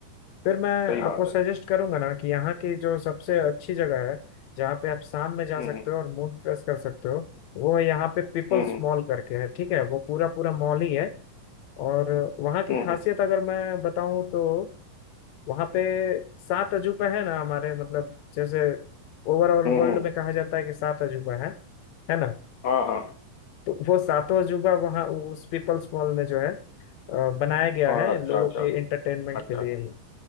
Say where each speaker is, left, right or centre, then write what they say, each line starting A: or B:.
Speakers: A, on the left; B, on the left.
A: फिर मैं
B: सही बात
A: आपको सजेस्ट
B: है
A: करूंगा ना कि यहाँ की जो सबसे अच्छी जगह है जहाँ पे आप शाम में जा
B: हम्म
A: सकते हो और मूड फ्रेश कर सकते हो वो है यहाँ पे पीपल्स
B: हम्म हम्म
A: मॉल करके है ठीक है वो पूरा पूरा मॉल ही है और वहाँ की
B: हम्म
A: खासियत
B: हम्म
A: अगर मैं बताऊँ तो वहाँ पे सात अजूबा है ना हमारे मतलब जैसे ओवरऑल
B: हम्म,
A: वर्ल्ड
B: हम्म,
A: में कहा जाता है कि सात अजूबा है है ना
B: हाँ हाँ
A: तो वो सातों अजूबा वहाँ उस पीपल्स मॉल में जो है अ, बनाया गया
B: हाँ
A: है
B: अच्छा
A: लोगों
B: अच्छा
A: के एंटरटेनमेंट
B: अच्छा
A: के लिए ही